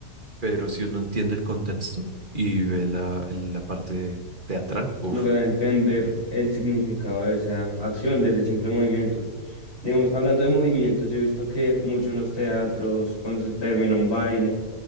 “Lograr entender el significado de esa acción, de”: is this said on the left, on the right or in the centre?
Left